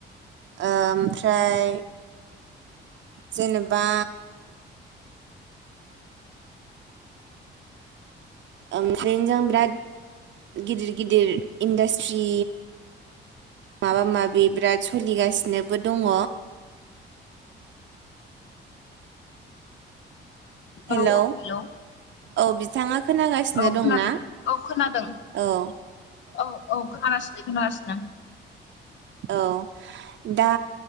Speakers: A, on the right (about 70°); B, on the left (about 70°).
A: ओमफ्राय
B: <inaudible>
A: जेनेबा ओमफ्रायनो जों बिराद गिदिर गिदिर इन्डास्ट्रि माबा माबि बिराद स'लिगासिनोबो दङ हेलौ
B: औ औ औ हेल'।
A: औ बिथाङा खोनागासिनो
B: औ खोनादों
A: दंना?
B: औ खोनादों
A: औ।
B: औ औ खोनागासिनो खोनागासिनो।
A: औ। दा